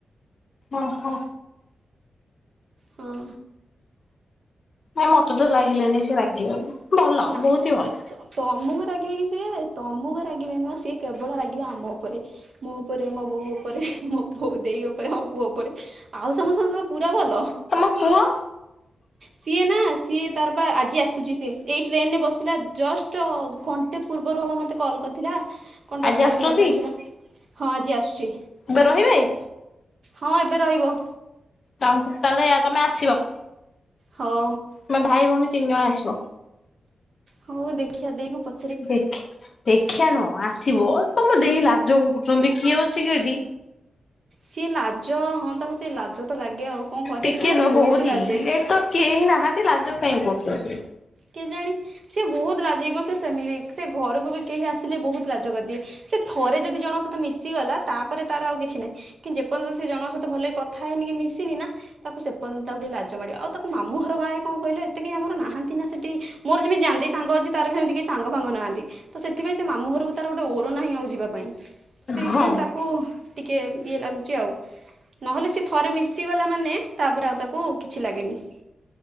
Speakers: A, on the left (about 40°); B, on the right (about 45°).
A: ଓହୋ।
B: ହଁ।
A: ନାଇଁ ମତେ ତ ଲାଗିଲାନି ସେ ରାଗି ବୋଲି, ଭଲ
B: ନାଇଁ
A: ବହୁତ ହି ଭଲ।
B: ତମକୁ ରାଗିବେ କି ସିଏ, ତମକୁ ରାଗିବେନି ମ ସିଏ, କେବଳ ରାଗିବେ ଆମ ଉପରେ। ମୋ ଉପରେ, ମୋ ବୋଉ ଉପରେ, ମୋ ଦେଇ ଉପରେ ମୋ ପୁଅ ଉପରେ। ଆଉ ସମସ୍ତଙ୍କ ସହ ପୁରା ଭଲ,
A: ତମ ପୁଅ
B: ସିଏ ନା ସିଏ ତାର ପା ଆଜି ଆସୁଛି ସିଏ, ଏଇ ଟ୍ରେନ୍ ରେ ବସିଲା ଜଷ୍ଟ ଘଣ୍ଟେ ପୂର୍ବରୁ ହେବ ମୋତେ କଲ୍ କରି ଥିଲା କଣ ତାର
A: ଆଜି
B: ପଇସା
A: ଆସୁଛନ୍ତି
B: ଦରକାର ଥିଲା, ହଁ ଆଜି ଆସୁଛି।
A: ଏବେ ରହିବେ?
B: ହଁ ଏବେ ରହିବ।
A: ତା ତାହେଲେ ତମେ ଆସିବ?
B: ହଉ।
A: ତମେ ଭାଇ ଭଉଣୀ ତିନି ଜଣ ଆସିବ।
B: ହଉ ଦେଖିବା ଦେଇକୁ ପ
A: ଦେଖ ଦେଖିଆ ନୁହଁ ଆସିବ, ତମେ ଦେଇ ଲାଜ କରୁଛନ୍ତି କିଏ ଅଛି କି ଏଠି?
B: ସିଏ ଲାଜ ହଁ ତାକୁ ଟିକେ ଲାଜ ତ ଲାଗେ ଆଉ। କଣ କରିବା
A: ଟିକେ
B: ସିଏ ଗୋଟେ
A: ନୁହଁ ବହୁତ
B: ଲାଜେଇ
A: ହି, ଏଇଠି ତ କେହି ନାହାନ୍ତି ଲାଜ କାଇଁ କରୁଛନ୍ତି?
B: କେଜାଣି ସିଏ ବହୁତ ଲାଜେଇ ମ ସେ ସେମିତି, ସେ ଘରକୁ ବି କେହି ଆସିଲେ ବହୁତ ଲାଜ କରିଦିଏ। ସେ ଥରେ ଯଦି ଜଣଙ୍କ ସହିତ ମିଶିଗଲା ତାପରେ ତାର ଆଉ କିଛି ନାହିଁ। କିନ୍ତୁ ଯେପର୍ଯ୍ୟନ୍ତ ସେ ଜଣଙ୍କ ସହିତ ଭଲକି କଥା ହେଇନି କି ମିଶିନି ନା ତାକୁ ସେପର୍ଯ୍ୟନ୍ତ ତାକୁ ଟିକେ ଲାଜ ମାଡ଼ିବ, ଆଉ ତାକୁ ମାମୁଁ ଘର ଗାଁରେ କଣ କହିଲ ଏତକି ଆମର ନାହାନ୍ତି ନା ସେଠି ମୋର ଯେମିତି ଯାନି ଦେଇ ସାଙ୍ଗ ଅଛି ତାର ସେମିତି କେହି ସାଙ୍ଗ ଫାଙ୍ଗ ନାହାନ୍ତି। ତ ସେଥିପାଇଁ ସେ ମାମୁଁ ଘରକୁ ତାର ଗୋଟେ ଓର ନାହିଁ ଆଉ ଯିବା ପାଇଁ ସେଇଥିପାଇଁ
A: ହଁ
B: ହ ଟିକେ ଇଏ ଲାଗୁଛି ଆଉ। ନହେଲେ ସେ ଥରେ ମିଶିଗଲା ମାନେ, ତାପରେ ଆଉ ତାକୁ କିଛି ଲାଗେନି।